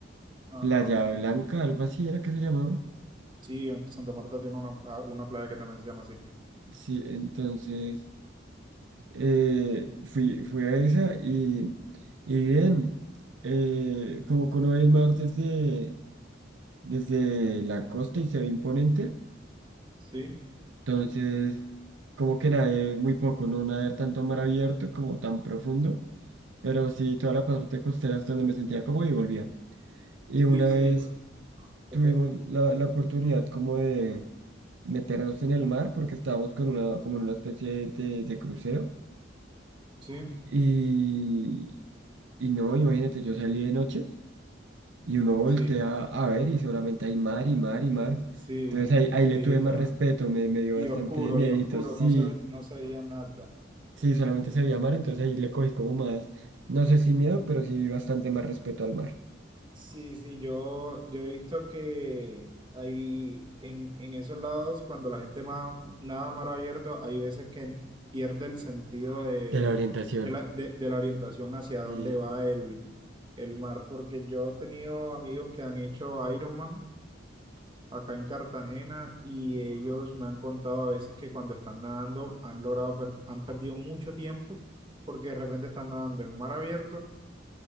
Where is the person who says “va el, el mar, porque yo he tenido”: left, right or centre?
Right